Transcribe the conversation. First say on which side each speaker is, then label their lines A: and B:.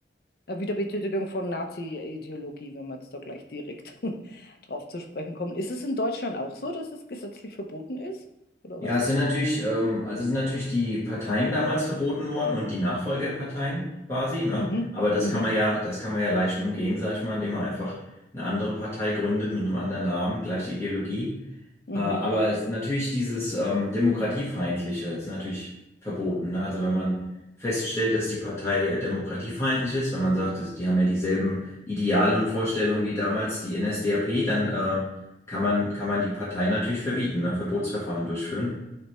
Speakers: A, on the left (about 55°); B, on the left (about 15°).
A: Äh, Wiederbetätigung von Nazi-Ideologie, wenn wir jetzt da gleich direkt <laughs> drauf zu sprechen kommen. Ist es in Deutschland auch so, dass es gesetzlich verboten ist? Oder weißt
B: Ja, es sind
A: du das
B: natürlich,
A: nicht?
B: ähm, also es sind natürlich die Parteien damals verboten worden und die Nachfolgerparteien quasi, ne?
A: Mhm,
B: Aber das
A: mhm,
B: kann man ja, das kann man ja leicht umgehen, sag ich mal, indem man einfach eine andere Partei gründet mit einem anderen Namen, gleiche Ideologie.
A: mhm,
B: Äh, aber es, natürlich dieses ähm, Demokratiefeindliche ist natürlich verboten, ne? Also wenn man feststellt, dass die Partei demokratiefeindlich ist, wenn man sagt, dass die haben ja dieselben Ideale und Vorstellungen wie damals die NSDAP, dann äh, kann man, kann man die Partei natürlich verbieten, ne? Verbotsverfahren durchführen.